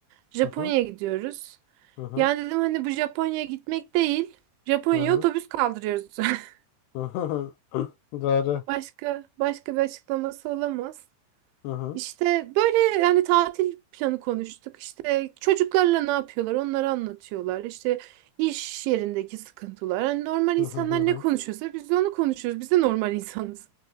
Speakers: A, on the right; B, on the left.
A: Japonya'ya
B: Hı hı
A: gidiyoruz.
B: hı hı
A: Yani dedim hani bu Japonya'ya gitmek değil. Japonya'ya
B: hı hı
A: otobüs kaldırıyoruz. <laughs>
B: hı hı hı. Doğru.
A: Başka başka bir açıklaması olamaz.
B: Hı hı
A: İşte böyle yani tatil planı konuştuk. İşte çocuklarla ne yapıyorlar onları anlatıyorlar. İşte iş yerindeki sıkıntılar. Hani normal
B: hı
A: insanlar
B: hı hı hı.
A: ne konuşuyorsa biz de onu konuşuyoruz. Biz de normal insanız.